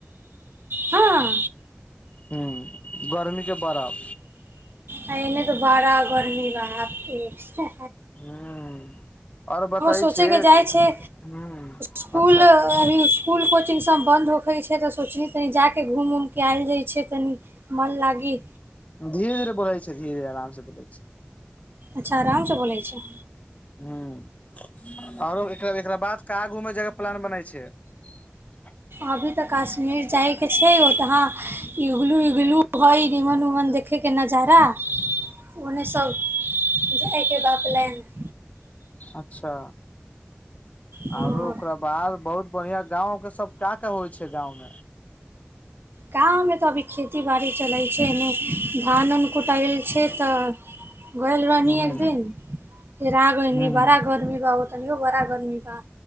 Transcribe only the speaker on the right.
हँ
आ एने तऽ बड़ा गर्मी रहऽ ते छै।
सोचैके
जाइ छै
स्कूल
अभी स्कुल, कोचिंग सब बन्द होखै छै, त सोचली तनि जाके घुम-उमिक आयल जाइ छै तनि मन लागी।
अच्छा आरामसँ बोलै छै।
अभी ते कश्मीर जाय के छै, ओंतहा इगलू-विगलू हय रिहन-उहन देख खै के नजारा।
ओने सब जाय के बा प्लानि।
हँ
गाँव मे तऽ अभी खेती बाड़ी चलै छै एने धान -उन कुटाएल छै तऽ गइल रहनी
एक दिन फिर आग गएनी,
बड़ा गर्मी बा ओतहियो बड़ा गर्मी बा।